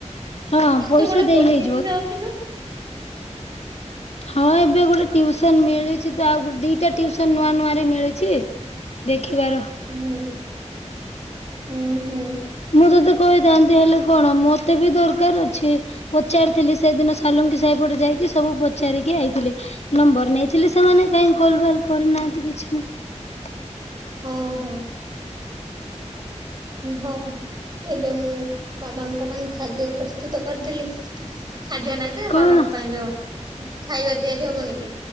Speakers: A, on the left (about 60°); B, on the right (about 35°).
A: ହଁ
B: କିନ୍ତୁ
A: ପଇସା
B: ଗୋଟେ
A: ଦେଇ
B: କୋଚିଂ
A: ହେଇଯିବ।
B: ର <inaudible>
A: ହଁ ଏବେ ଗୋଟେ ଟିଉସନ ମିଳିଛି ତ ଆଉ ଗୋଟେ ଦିଟା ଟିଉସନ ନୂଆ ନୂଆ ରେ ମିଳିଛି ଦେଖିବା ରହ।
B: ହୁଁ ହୁଁ ହୁଁ
A: ମୁଁ ତତେ କହିଥାନ୍ତି ହେଲେ କଣ ମତେ ବି ଦରକାର ଅଛି। ପଚାରିଥିଲି ସେଇଦିନ ସାଲୁଙ୍କି ସେହିପଟେ ଯାଇକି ସବୁ ପଚାରିକି ଆଇଥିଲି। ନମ୍ବର ନେଇଥିଲି ସେମାନେ କାହିଁ କଲ ବାଲ କରିନାହାନ୍ତି କିଛି ନାହିଁ।
B: ହୋ ହୋ ହଉ ଏବେ ମୁଁ ବାବାଙ୍କ ପାଇଁ ଖାଦ୍ୟ ପ୍ରସ୍ତୁତ କରିଦେଲି। ଖାଦ୍ୟ ନାଇଁ ତ
A: କଣ
B: ବାବାଙ୍କ ପାଇଁ ଯୋଉ ଖାଇବା ତିଆରି ହବନି କି